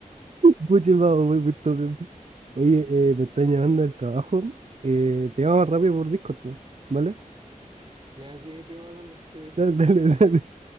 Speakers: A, on the right (about 55°); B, on the right (about 40°).
A: muchísimas gracias. Oye, eh, me están llamando del trabajo. Eh, te llamo más rápido por Discord, po, ¿vale?
B: Ya, sí, ahí seguimos hablando, sí.
A: Dale, dale, <laughs> dale.